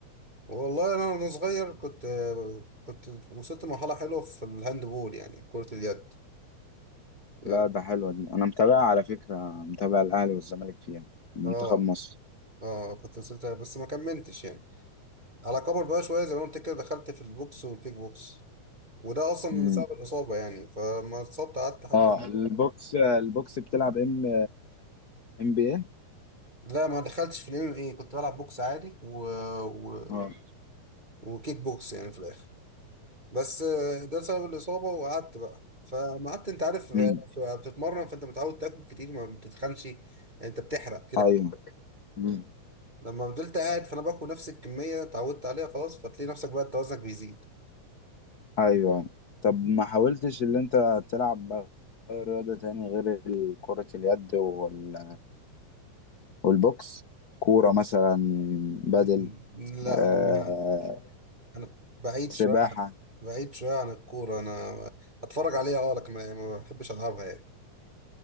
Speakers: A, on the right; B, on the left.
A: والله انا وانا صغير كنت آه، كنت وصلت لمرحله حلوه في الهاند بول يعني كره اليد يعني
B: لا ده حلوة دي أنا متابعها على فكرة متابع الأهلي والزمالك فيها منتخب
A: اه
B: مصر
A: اه كنت وصلت بس ما كملتش يعني على كبر بقى شويه زي ما قلت كده دخلت في البوكس والكيك بوكس وده اصلا
B: امم
A: اللي سبب الاصابه يعني فما اتصبت قعدت حبه
B: اه البوكس البوكس بتلعب ام ام بي ايه
A: لا ما دخلتش في الام ام اي كنت بلعب بوكس عادي و... و...
B: اه
A: وكيك بوكس يعني في الاخر بس آه، ده بسبب الإصابة وقعدت بقى فما قعدت أنت عارف
B: مم.
A: آه، بتتمرن فأنت متعود تاكل كتير ما بتتخنش يعني أنت بتحرق كده
B: ايوه
A: كده
B: مم.
A: لما فضلت قاعد فأنا باكل نفس الكمية اتعودت عليها خلاص فتلاقي نفسك بقى أنت وزنك بيزيد
B: ايوه طب ما حاولتش اللي انت تلعب اي رياضة تاني غير كرة اليد وال... والبوكس كورة مثلا بدل
A: <laughs> لا
B: آه...
A: أنا ما أنا بعيد
B: سباحة
A: شوية عن بعيد شوية عن الكورة أنا أتفرج عليها أه لكن ما ما بحبش ألعبها يعني